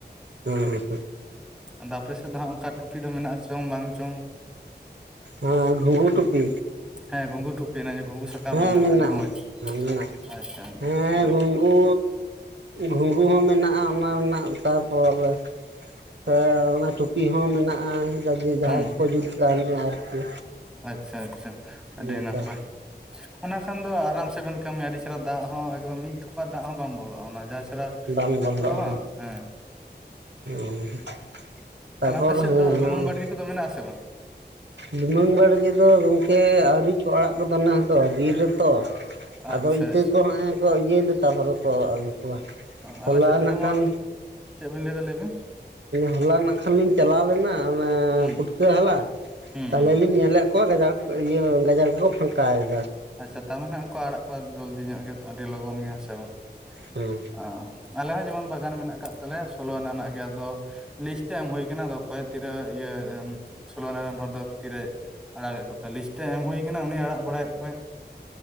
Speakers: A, on the right; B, in the centre.
A: ᱦᱩᱸ ᱦᱩᱸ
B: ᱟᱫᱚ ᱟᱯᱮ ᱥᱮᱫ ᱫᱚ ᱦᱟᱸᱜ ᱚᱱᱠᱟ ᱴᱩᱯᱤ ᱫᱚ ᱢᱮᱱᱟᱜᱼᱟ ᱪᱚᱝ ᱵᱟᱝ ᱪᱚᱝ?
A: ᱦᱮᱸ ᱜᱷᱩᱜᱩ ᱴᱩᱯᱤ
B: ᱦᱮᱸ ᱜᱩᱜᱩ ᱴᱩᱯᱤ ᱚᱱᱮ ᱜᱷᱩᱸᱜᱩ ᱥᱟᱠᱟᱢ
A: ᱦᱮᱸ
B: ᱨᱮᱱᱟᱜ
A: ᱢᱮᱱᱟᱜᱼᱟ
B: ᱟᱹᱰᱤ ᱢᱚᱸᱡᱽ
A: ᱢᱮᱱᱟᱜᱼᱟ
B: ᱟᱪᱪᱷᱟ
A: ᱦᱮᱸ
B: ᱦᱳᱭ
A: ᱜᱷᱩ ᱜᱩ ᱜᱷᱩᱸᱜᱩ ᱦᱚᱸ ᱢᱮᱱᱟᱜᱼᱟ ᱚᱱᱟ ᱨᱮᱱᱟᱜ ᱛᱟᱨᱯᱚᱨᱮ ᱥᱮ ᱚᱱᱟ ᱴᱩᱯᱤ ᱦᱚᱸ ᱢᱮᱱᱟᱜᱼᱟ ᱡᱟᱠᱜᱮ ᱡᱟᱦᱟᱸᱭ
B: ᱦᱩᱸ
A: ᱠᱚ ᱡᱩᱛ ᱠᱟᱣᱱᱤᱡ-ᱟ ᱟᱨᱠᱤ
B: ᱟᱪᱪᱷᱟ ᱟᱪᱪᱷᱟ ᱟᱹᱰᱤ
A: ᱚᱱᱠᱟ
B: ᱱᱟᱯᱟᱭ। ᱚᱱᱟ ᱠᱷᱟᱱ ᱫᱚ ᱟᱨᱟᱢ ᱥᱮ ᱵᱮᱱ ᱠᱟᱹᱢᱤᱭᱟ ᱟᱹᱰᱤ ᱪᱮᱨᱦᱟ ᱫᱟᱜ ᱦᱚᱸ ᱮᱠᱫᱚᱢ ᱢᱤᱫ ᱴᱷᱚᱯᱟ ᱫᱟᱜ ᱦᱚᱸ ᱵᱟᱝ ᱵᱚᱞᱚᱜᱼᱟ ᱚᱱᱟ ᱡᱟ ᱪᱮᱨᱦᱟ
A: ᱵᱟᱝ
B: ᱡᱩᱛᱩᱜᱼᱟ
A: ᱵᱚᱱᱫᱚᱜᱼᱟ
B: ᱵᱟᱝ ᱦᱮᱸ,
A: <unintelligible>
B: ᱛᱟᱞᱮ ᱟᱯᱮ ᱥᱮᱫ
A: ᱦᱮᱸ
B: ᱫᱚ ᱞᱩᱢᱟᱹᱝ ᱵᱟᱲᱜᱮ ᱠᱚᱫᱚ ᱢᱮᱱᱟᱜᱼᱟ ᱥᱮ ᱵᱟᱝ?
A: ᱞᱩᱢᱟᱹᱝ ᱵᱟᱲᱜᱮ ᱫᱚ ᱜᱚᱝᱠᱮ ᱟᱹᱣᱨᱤ ᱠᱚ ᱟᱲᱟᱜ ᱠᱚᱫᱚ ᱱᱮᱥ ᱫᱚ ᱵᱤᱨ ᱨᱮᱛᱚ
B: ᱟᱪᱪᱷᱟ
A: ᱟᱫᱚ ᱤᱛᱟᱹ
B: ᱟᱪᱪᱷᱟ
A: ᱠᱚ ᱱᱮᱜᱼᱮ ᱠᱚ ᱤᱭᱟᱹᱭᱫᱟ ᱛᱟᱯᱚᱨᱮ ᱠᱚ ᱟᱹᱜᱩ ᱠᱚᱣᱟ
B: ᱟᱞᱮ
A: ᱦᱚᱞᱟ
B: ᱥᱮᱫ ᱫᱚ ᱡᱮᱢᱚᱱ
A: ᱱᱟᱜ ᱠᱷᱟᱱ
B: ᱪᱮᱫ ᱵᱤᱱ ᱞᱟᱹᱭ ᱫᱟ ᱞᱟᱹᱭ ᱵᱤᱱ
A: ᱦᱚᱞᱟ ᱱᱟᱜ ᱠᱷᱟᱱᱤᱧ ᱪᱟᱞᱟᱣ ᱞᱮᱱᱟ ᱚᱱᱮ
B: ᱦᱩᱸ
A: ᱯᱩᱴᱠᱟᱹ ᱦᱟᱞᱟᱝ
B: ᱦᱩᱸ
A: ᱛᱟᱞᱦᱮ
B: ᱦᱩᱸ
A: ᱞᱤᱧ ᱧᱮᱞᱮᱫ ᱠᱚᱣᱟ ᱜᱟᱡᱟᱲ ᱠᱚ ᱤᱭᱟᱹ ᱜᱟᱡᱟᱲ ᱠᱚᱠᱚ ᱯᱷᱟᱸᱠᱟ ᱭᱮᱫᱟ
B: ᱟᱪᱪᱷᱟ ᱛᱟ ᱢᱟᱱᱮ ᱱᱟᱜ ᱠᱚ ᱟᱲᱟᱜ ᱠᱚᱣᱟ ᱡᱚᱞᱫᱤ ᱧᱚᱜ ᱜᱮ ᱟᱹᱰᱤ ᱞᱚᱜᱚᱱ ᱜᱮ ᱦᱮᱸ ᱥᱮ ᱵᱟᱝ
A: ᱦᱮᱸ
B: ᱚ ᱟᱞᱮ ᱦᱚᱸ ᱡᱮᱢᱚᱱ ᱵᱟᱜᱟᱱ ᱢᱮᱱᱟᱜ ᱟᱠᱟᱜ ᱛᱟᱞᱮᱭᱟ ᱥᱳᱞᱳ ᱟᱱᱟ ᱨᱮᱱᱟᱜ ᱜᱮ ᱟᱫᱚ ᱞᱤᱡᱽ ᱛᱮ ᱮᱢ ᱦᱩᱭ ᱠᱟᱱᱟ ᱟᱫᱚ ᱚᱠᱚᱭ ᱛᱤᱨᱮ ᱤᱭᱟᱹ ᱥᱳᱞᱳ ᱟᱱᱟ ᱨᱮᱱ ᱦᱚᱲ ᱫᱚ ᱛᱤᱨᱮ ᱟᱲᱟᱜᱮᱫ ᱠᱚᱛᱮ ᱞᱤᱥᱴᱮ ᱮᱢ ᱦᱩᱭ ᱠᱟᱱᱟ ᱩᱱᱤ ᱟᱲᱟᱜ ᱵᱟᱲᱟᱭᱮᱫ ᱠᱚᱣᱟᱭ